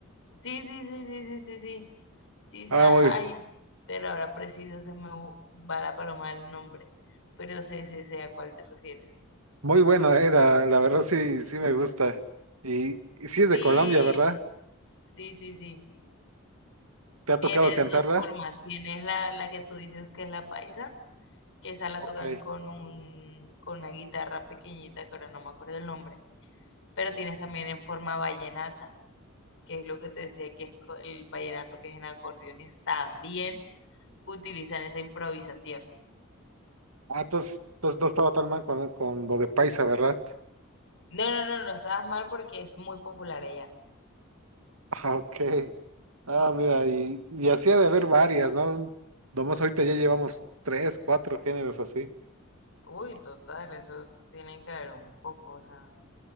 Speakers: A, on the left; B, on the right.
A: Sí, sí, sí, sí, sí, sí, sí, sí, o
B: Ah,
A: sea,
B: muy,
A: ay, pero ahora preciso se me bu- va la paloma el nombre, pero sé, sé, sé a cuál te refieres.
B: muy bueno, eh, la, la verdad sí, sí me gusta. Y, y sí es de
A: Sí,
B: Colombia, ¿verdad?
A: sí, sí, sí.
B: ¿Te ha
A: Tienes
B: tocado cantarla?
A: dos formas, tienes la, la que tú dices que es la paisa que esa la
B: Ok.
A: tocan con un, con una guitarra pequeñita, que ahora no me acuerdo el nombre, pero tienes también en forma vallenata, que es lo que te decía que es co- el vallenato que es en acordeones, también utilizan esa improvisación.
B: Ah, entonces, entonces no estaba tan mal con, con lo de Paisa, ¿verdad?
A: No, no, no, no estabas mal porque es muy popular allá.
B: <laughs> Ah, ok. Ah, mira, y, y así ha de haber varias, ¿no? Nomás ahorita ya llevamos tres, cuatro géneros así.
A: Uy, total, eso tienen que ver un poco, o sea,